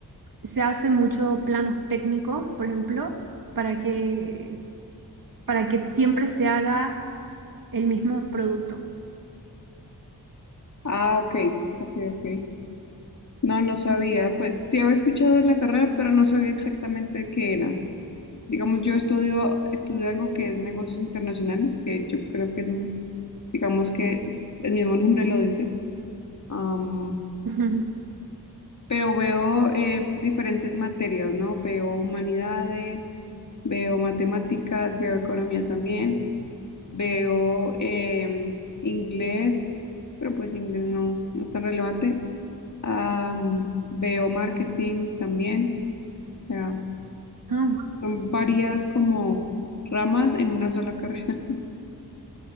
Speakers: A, on the right; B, on the left.
A: se hace mucho planos técnicos, por ejemplo, para que para que siempre se haga el mismo producto.
B: Ah, ok, ok, ok. No, no sabía. Pues sí había escuchado de la carrera, pero no sabía exactamente qué era. Digamos, yo estudio, estudio algo que es negocios internacionales, que yo creo que es, un- digamos que el mismo nombre lo dice. Am,
A: Ujú.
B: pero veo eh, diferentes materias, ¿no? Veo humanidades, veo matemáticas, veo economía también, veo em, inglés, pero pues inglés no, no es tan relevante. Am, veo marketing también, o sea,
A: Ah, bu-
B: son varias como ramas en una sola carrera. <laughs>